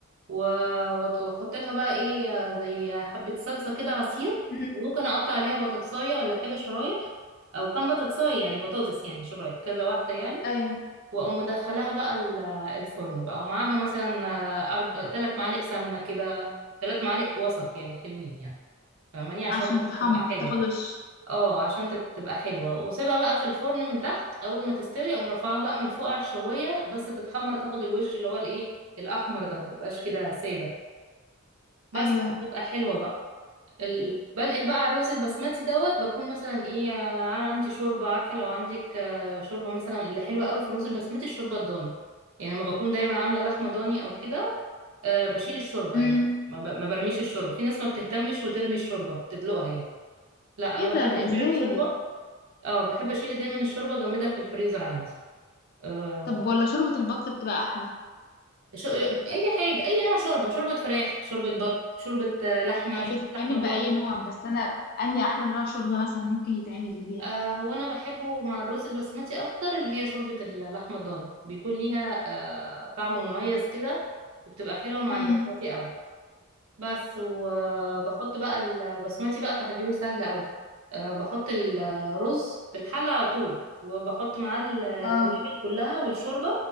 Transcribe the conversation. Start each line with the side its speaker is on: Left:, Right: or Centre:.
Right: و- وت- واحط لها بقى ايه آه، زي حبة صلصة كده عصير
Left: امم
Right: وممكن اقطع عليها بطاطساية ولا حاجة شرايح او كام بطاطساية يعني بطاطس يعني شرايح كذا واحدة يعني
Left: ايوه
Right: واقوم مدخلاها بقى ال- الفرن بقى ومعاها مثلا آه، أرب... تلات معالق سمنة كده تلات معالق وسط يعني حلوين يعني فاهماني عشان
Left: عشان
Right: برضه
Left: تتحمر
Right: تبقى حلوة
Left: تاخد وش
Right: اه عشان تت- تبقى حلوة واسيبها بقى في الفرن من تحت اول ما تستوي اقوم رافعها بقى من فوق على الشواية بس تتحمر تاخد الوش اللي هو الايه الاحمر ده ما تبقاش كده سادة بس
Left: ايوه
Right: بتبقى حلوة بقى ال... بنقل بقى على الرز البسمتي دوت بكون مثلا ايه آه، عندي شوربة عارفة لو عندك آه، شوربة مثلا اللي حلوة قوي في الرز البسمتي الشوربة الضاني يعني لما بكون دايما عاملة لحمة ضاني او كده آه، بشيل الشوربة
Left: امم
Right: يعني ما, ب... ما برميش الشوربة في ناس ما بتهتمش وترمي الشوربة تدلقها يعني لا انا
Left: ايه
Right: بحب
Left: ده
Right: اشيل
Left: ازاي
Right: الشوربة اه بحب اشيل دايما الشوربة اجمدها في الفريزر عندي أه...
Left: طب ولا شوربة البط بتبقى احلى
Right: شو... اي حاجة اي نوع شوربة شوربة فراخ شوربة بط شوربة آه، لحمة
Left: هي
Right: شوربة
Left: بتتعمل
Right: لحمة ضاني
Left: بأي نوع بس انا اني احلى نوع شوربة مثلا ممكن يتعمل بيها
Right: آه هو انا بحبه مع الرز البسمتي اكتر اللي هي شوربة اللحمة الضاني بيكون ليها آه طعم مميز كده وبتبقى حلوة مع
Left: امم
Right: البسمتي قوي بس وبحط بقى البسمتي بقى تحضيره سهل قوي آه بحط الرز في الحلة على طول وبحط معاه التوابل
Left: اه
Right: كلها والشوربة